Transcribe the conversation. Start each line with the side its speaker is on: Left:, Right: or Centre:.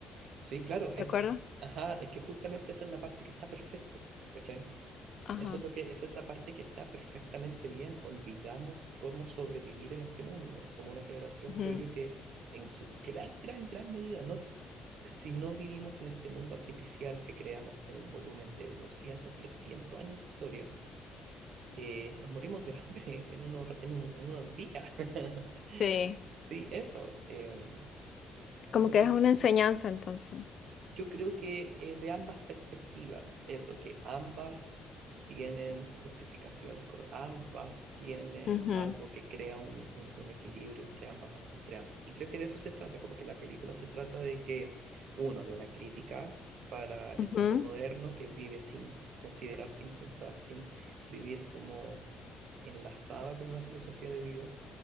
Right: Sí, claro, es,
Left: ¿te acuerdas?
Right: es- ajá, es que justamente esa es la parte que está perfecto, ¿cachai?
Left: Ajá.
Right: Eso es lo que, esa es la parte que está perfectamente bien. Olvidamos cómo sobrevivir en este mundo. Somos una generación,
Left: ujú,
Right: creo yo, que en su gran, gran, gran medida, no, si no vivimos en este mundo artificial que creamos con un volumen de 200 300 años de historia, eh, nos morimos de <laughs> hambre en unos, en un- en unos días. <laughs>
Left: Sí,
Right: Sí, eso. em,
Left: como
Right: entonces,
Left: que es una enseñanza entonces.
Right: yo creo que eh, de ambas perspectivas, eso, que ambas tienen justificaciones, cor- ambas tienen
Left: Ujú,
Right: algo que crea un, un- un equilibrio entre ambas, entre ambas. Y creo que de eso se trata, como que la película se trata de que, uno, de una crítica para el
Left: ujú,
Right: mundo moderno que vive sin considerar, sin pensar, sin vivir como enlazada con una filosofía de vida.